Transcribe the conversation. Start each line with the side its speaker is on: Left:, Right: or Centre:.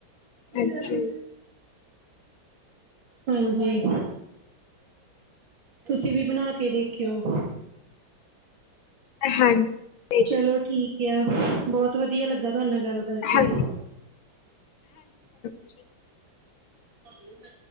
Right: ਕੁੜੀ
Left: ਅੱਛਾ,
Right: ਆਈਦੀ ਹਾਂਜੀ ਤੁਸੀਂ ਵੀ ਬਣਾ ਕੇ ਦੇਖਿਓ
Left: ਹਾਂਜੀ, ਦੇਖ
Right: ਚਲੋ ਠੀਕ ਬਹੁਤ ਵਧੀਆ ਲੱਗਾ ਤੁਹਾਡੇ ਨਾਲ ਗੱਲ ਕਰਕੇ
Left: ਹਾਂਜੀ, ਠੀ
Right: ਹਾਂ